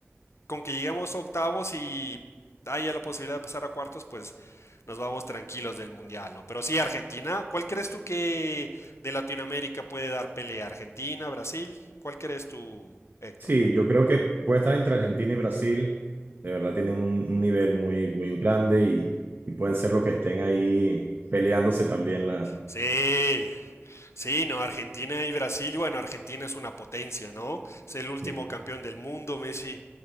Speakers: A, on the left (about 80°); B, on the right (about 45°).
A: con que lleguemos a octavos y haya la posibilidad de pasar a cuartos, pues nos vamos tranquilos del mundial, ¿no? Pero sí, Argentina, ¿cuál crees tú que de Latinoamérica puede dar pelea? ¿Argentina, Brasil? ¿Cuál crees tú, Héctor?
B: Sí, yo creo que puede estar entre Argentina y Brasil. De verdad tienen un, un nivel muy, muy grande y, y pueden ser los que estén ahí peleándose también la.
A: Sí, sí, no, Argentina y Brasil, bueno, Argentina es una potencia, ¿no? Es el último
B: Sí,
A: campeón del mundo, Messi,